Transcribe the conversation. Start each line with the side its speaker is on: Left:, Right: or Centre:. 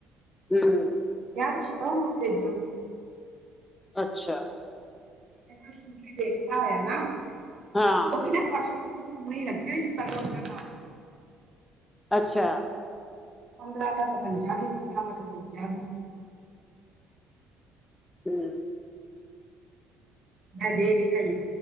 Left: ਹਮ
Right: ਯਾ ਤੁਸੀਂ ਕ ਓਅੰਗਰੇਜਣ ਨੂੰ
Left: ਅੱਛਾ।
Right: ਜੇ ਕੋ ਈ ਸਕੂਟਰੀ ਵੇਚਦਾ ਹੋਇਆ ਨਾ
Left: ਹਾਂ
Right: ਕਿਉਂਕਿ ਨਾ ਪਰਸੋਂ ਤ ਪੂਣੀ ਲਗੀ ਹੋਈ ਸੀ ਤਰਲੋਚਨ ਨਾਲ
Left: ਅੱਛਾ।
Right: ਪੰਦਰਾਂ ਤੱਕ ਬਣ ਜਾਗੀ ਪੰਦਰਾਂ ਤੱਕ ਬਣ ਜਾਗੀ।
Left: ਹੂੰ।
Right: ਮੈ ਦੇਖ ਣੇ ਨ